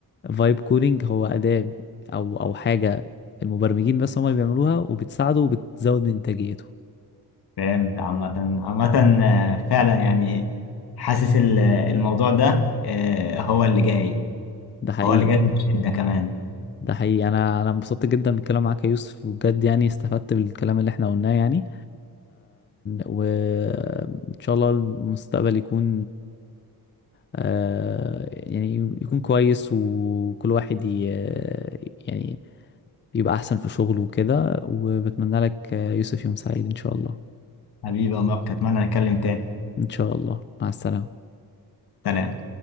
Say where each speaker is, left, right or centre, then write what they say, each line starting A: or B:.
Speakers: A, on the left (about 30°); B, on the left (about 75°).
A: فايب كودينج هو أداة أو أو حاجة المبرمجين بس هم اللي بيعملوها وبتساعده وبتزود من إنتاجيته
B: فهمت عامة عامة آه، فعلا يعني حاسس ال- الموضوع ده آه، هو اللي جاي
A: ده حقيقي
B: هو اللي جاي بشدة كمان
A: ده حقيقي انا انا انبسطت جدا بالكلام معاك يا يوسف بجد يعني استفدت بالكلام اللي احنا قلناه يعني وان شاء الله المستقبل يكون آه، يعني يكون كويس وكل واحد ي... يعني يبقى احسن في شغله وكده وبتمنى لك آه، يوسف يوم سعيد ان شاء الله
B: حبيبي يا مبارك أتمنى نتكلم تاني
A: ان شاء الله مع السلامة
B: سلام